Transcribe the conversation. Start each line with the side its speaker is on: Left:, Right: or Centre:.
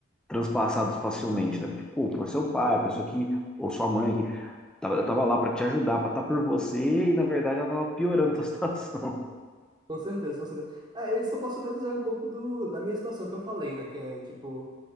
Centre: transpassados facilmente, né? Porque, pô, foi seu pai, a pessoa que, ou sua mãe, que tava, tava lá para te ajudar, para estar por você, e na verdade ela tava piorando a tua <laughs> situação.
Right: Com certeza, com certeza. É, isso eu posso até dizer um pouco do, da minha situação que eu falei, né? Que é, tipo,